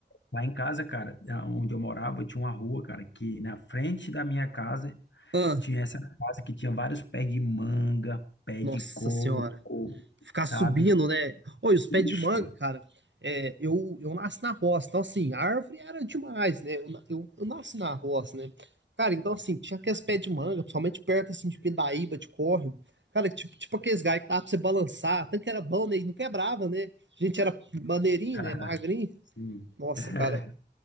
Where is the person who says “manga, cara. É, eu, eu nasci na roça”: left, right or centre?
Right